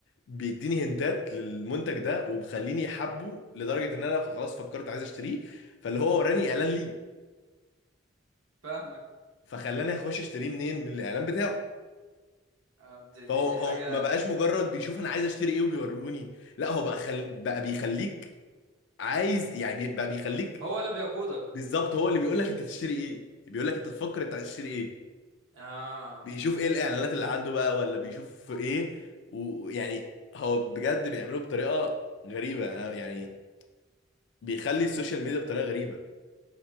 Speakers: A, on the left; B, on the right.
A: بيديني هنتات للمنتج ده وبخليني حبه لدرجه ان انا خلاص فكرت عايز اشتريه فاللي هو وراني اعلان ليه
B: فاهمك
A: فخلاني اخش اشتريه منين من الاعلان بتاعه
B: آه دي,
A: فهو
B: دي
A: هو
B: دي حاجه
A: ما بقاش مجرد بيشوف انا عايز اشتري ايه وبيوريهوني لا هو بقى خل... بقى بيخليك عايز يعني بقى بيخليك
B: هو اللي بيقودك
A: بالظبط هو اللي بيقول لك انت تشتري ايه بيقول لك انت تفكر انت هتشتري ايه
B: اه
A: بيشوف ايه الاعلانات اللي عنده بقى ولا بيشوف ايه ويعني هو بجد بيعمله بطريقه غريبه أنا يعني بيخلي السوشيال ميديا بطريقه غريبه